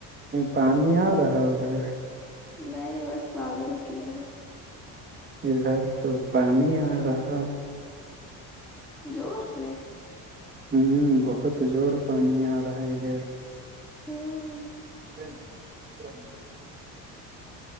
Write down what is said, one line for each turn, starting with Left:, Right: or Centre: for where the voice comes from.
Right: پانی آ رہا ہے ادھر
Centre: نئے بس بادل کیا ہے
Right: ادھر تو پانی آ رہا
Centre: زور سے
Right: ہوں بہت زڑ پانی آ رہا ہے ادھر
Centre: <unintelligible>
Right: <unintelligible>